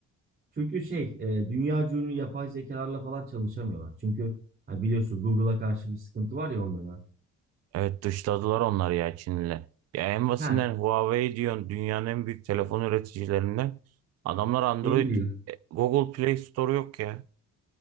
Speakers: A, on the right (about 30°); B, on the right (about 55°).
A: Çünkü şey e, dünya ünlü yapay zekalarla falan çalışamıyorlar. Çünkü ha biliyorsun Google'a karşı bir sıkıntı var ya onlara.
B: Evet dışladılar onları ya Çin'le. Ya en basitinden
A: Ha
B: Huawei diyorsun dünyanın en büyük telefon üreticilerinden. Adamlar Android,
A: en büyük.
B: e, Google Play Store yok ya.